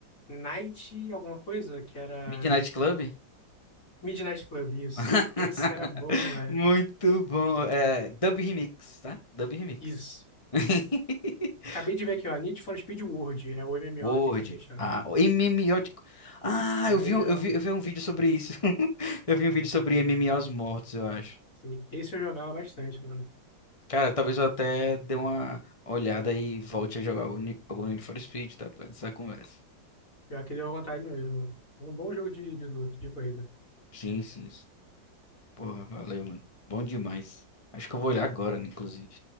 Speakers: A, on the left; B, on the left.
A: Night alguma coisa que era
B: Midnight Club?
A: Midnight Club, isso.
B: <laughs>
A: Esse era bom demais.
B: Muito bom. É, Dub Remix, tá? Dub Remix.
A: Isso.
B: <laughs>
A: Acabei de ver aqui, ó, Need for Speed World, é o MMO
B: Word.
A: que foi fechado.
B: Ah, o MMO de... Ah,
A: Era
B: eu
A: o
B: vi,
A: MMO.
B: um- eu vi, eu vi um vídeo sobre isso. <laughs> Eu vi um vídeo sobre M M MMOs mortos, eu acho.
A: Sim. Esse eu jogava bastante, mano.
B: Cara, talvez eu até dê uma olhada e volte a jogar algum, Ni- algum Need for Speed, tá? Por causa dessa conversa.
A: Pior que deu vontade mesmo, mano. É um bom jogo de, de luta, de corrida.
B: Sim, sim. Porra, valeu, mano. Bom demais. Acho que eu vou olhar agora, né, inclusive.